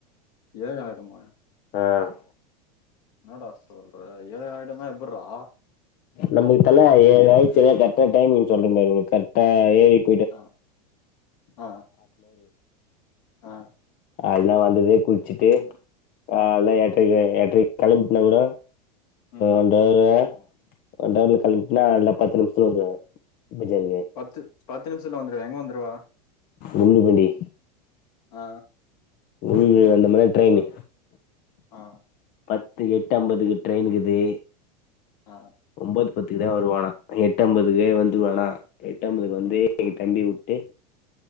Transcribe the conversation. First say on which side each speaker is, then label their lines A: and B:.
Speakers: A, on the left (about 65°); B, on the left (about 45°).
A: ஏழாயிடுமா
B: அ
A: என்னடா சொல்ற ஏழாயிடுனா எப்புர்றா
B: நம்முகுத் தல ஏழாயிர்ச்சினா கர்ட்டா டைமி்ங் சொல்றம் பாரு உனுக் கர்ட்டா ஏயிட்
A: அ அ அ
B: கால்ல வந்ததே குள்ச்சிட்டு கால்ல
A: ம்
B: எட்ரக்கி எட்ரக் கெளம்பிட்னா கூட
A: ம்
B: ஒன்றாயிருவே ஒன்றவல கெளம்பிட்னா அல்ல பத்து நிம்ஷ் <unintelligible> பெஜார்கே
A: பத்து பத்து நிம்ஷத்துல வந்துருவியா எங்க வந்துருவே
B: உன்னுகுடி
A: அ
B: உன்னிகுடி வந்தமனா ட்ரெயினு
A: ஆ
B: பத்து எட்டு அம்பதுக்கு ட்ரெயினுகுதே
A: ஆ
B: ஒம்போது பத்துகுதா வருவானா எட்டு அம்பதுகே வந்துருவானா எட்டம்பதுகு வந்தே
A: ம்
B: எங்க தம்பிய வுட்டு